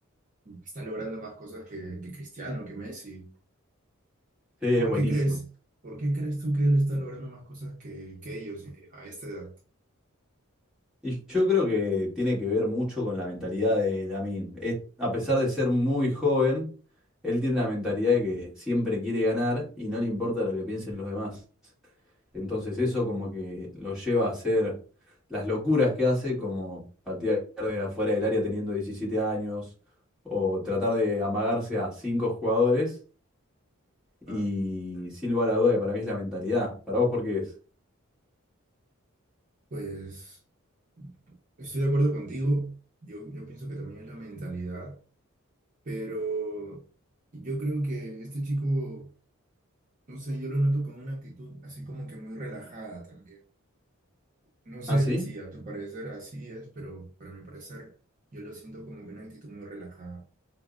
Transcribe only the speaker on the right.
Está logrando más cosas que, que Cristiano, que Messi.
¿Por
qué crees? ¿Por qué crees tú que él está logrando más cosas que, que ellos eh, a esta edad?
Ah,
Pues estoy de acuerdo contigo. Yo, yo pienso que también es la mentalidad Pero yo creo que este chico, no sé, yo lo noto con una actitud así como que muy relajada también. No sé
si a tu parecer así es, pero para mi parecer yo lo siento como que una actitud muy relajada.